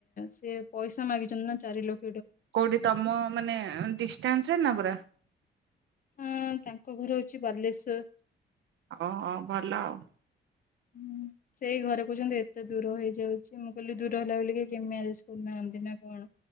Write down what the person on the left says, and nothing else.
ସେ ପଇସା ମାଗିଛନ୍ତି ନା ଚାରି ଲୋକ
ହୁଁ ତାଙ୍କ ଘର ହଉଛି ବାଲେଶ୍ଵର।
ହଁ ସେଇ ଘରେ କହୁଛନ୍ତି ଏତେ ଦୂର ହେଇଯାଉଛି ମୁଁ କହିଲି ଦୂର ହେଲା ବୋଲି କେମି ଆରେ କରୁନାହାନ୍ତି ନା କଣ?